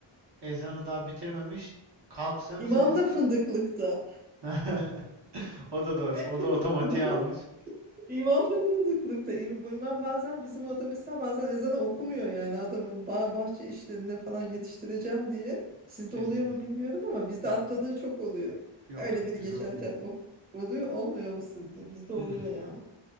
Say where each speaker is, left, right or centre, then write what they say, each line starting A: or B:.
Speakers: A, on the right; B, on the right.
A: Ezanı daha bitirmemiş. Kalksanıza
B: İmam
A: ı.
B: da fındıklıkta
A: <laughs> O da doğru.
B: <laughs>
A: O da otomatiğe almış.
B: İmam da fındıklıkta. İm- İmam bazen bizim orada mesela bazen ezanı okumuyor yani adamın bah bahçe işlerine falan yetiştireceğim diye. Sizde
A: Kesin.
B: oluyor mu bilmiyorum ama bizde
A: Ya
B: atladığı çok oluyor.
A: yok
B: Öyle
A: yok
B: biri
A: bize
B: geçerken
A: olmuyor.
B: ok oluyor olmuyor mu sizde? Bizde oluyor
A: Mm.
B: ya.